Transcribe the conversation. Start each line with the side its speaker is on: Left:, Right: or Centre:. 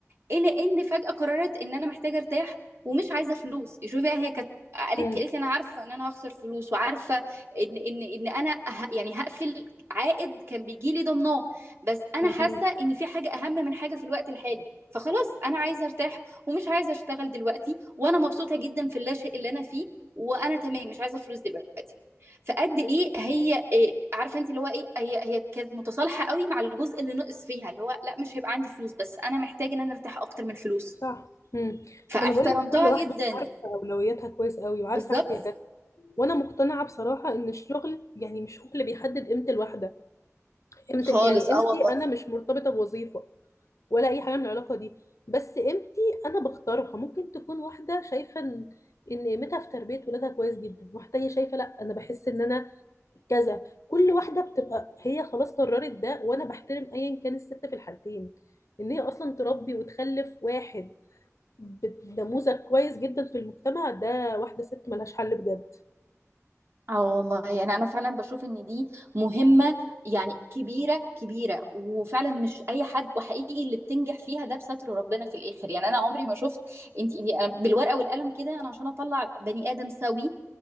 Right: الى ان فجأة قررت ان انا محتاجة ارتاح ومش عايزة فلوس شوفي بقى هي كانت قالت
Left: امم
Right: قالت لي انا عارفة ان انا هخسر فلوس وعارفة ان ان ان انا ه... يعني هقفل عائد كان بيجي لي ضمناه بس انا
Left: فهماكي
Right: حاسة ان في حاجة اهم من حاجة في الوقت الحالي فخلاص انا عايزة ارتاح ومش عايزة اشتغل دلوقتي وانا مبسوطة جدا في اللاشئ اللي انا فيه وانا تمام مش عايزة فلوس دلوقتي فقد ايه هي إيه عارفه انت اللي هو ايه هي هي كانت متصالحه قوي مع الجزء اللي نقص فيها اللي هو لا مش هيبقى عندي فلوس بس انا محتاج ان انا ارتاح اكتر من الفلوس
Left: صح امم
Right: فاحترمتها
Left: ما انا بقول لك كل واحدة
Right: جدا
Left: عارفة اولوياتها كويس قوي وعارفة
Right: بالظبط
Left: احتياجاتها وانا مقتنعة بصراحة ان الشغل يعني مش هو اللي بيحدد قيمة الواحدة قيمة
Right: خالص
Left: يعني قيمتي
Right: اه والله
Left: انا مش مرتبطة بوظيفة ولا اي حاجه من العلاقه دي بس قيمتي انا بختارها ممكن تكون واحده شايفه ان ان قيمتها في تربيه ولادها كويس جدا واحده تانية شايفه لا انا بحس ان انا كذا كل واحده بتبقى هي خلاص قررت ده وانا بحترم ايا كان الست في الحالتين ان هي اصلا تربي وتخلف واحد ب- نموذج كويس جدا في المجتمع ده واحده ست ملهاش حل بجد
Right: اه والله يعني انا فعلا بشوف ان دي مهمة يعني كبيرة كبيرة وفعلا مش اي حد وحقيقي اللي بتنجح فيها ده بستر ربنا في الاخر يعني انا عمري ما شفت انت يعني انا بالورقة والقلم كده انا عشان اطلع بني ادم سوي